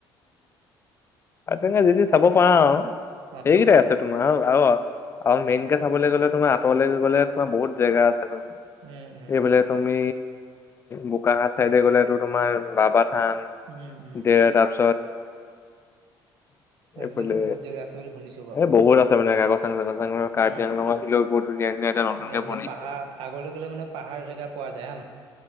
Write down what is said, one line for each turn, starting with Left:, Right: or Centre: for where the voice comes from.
Left: আ তেনে যি তি চাব পাৰা আৰু।
Right: অ
Left: সেইকেইটা
Right: অ
Left: আছে তোমাৰ আৰু আ আৰু মেইনকে চাবলৈ গ'লে তোমাৰ আঁতৰলৈ গ'লে তোমাৰ বহুত জেগা আছে তো
Right: উম উম
Left: এইবোলে তুমি বোকাহাট চাইডে গ'লেটো তোমাৰ বাব স্থান,
Right: উম উম
Left: দে তাৰপিছত <inaudible>
Right: সেইফালেতো
Left: এইফালে
Right: বহুত জেগা আছে বুলি শুনিছো বাৰু
Left: এ বহুত আছে মানে কাগজ চাং জাগ চাং কাৰ্বি
Right: অ
Left: আংলঙৰ
Right: অ
Left: আহিলেও বহুত ধুনীয়া ধুনীয়া এতিয়া নতুনকে
Right: মানে সেইফালে
Left: বনিছে।
Right: পাহাৰ আগলৈ গ'লে মানে পাহাৰ জেগা পোৱা যায় আহ ন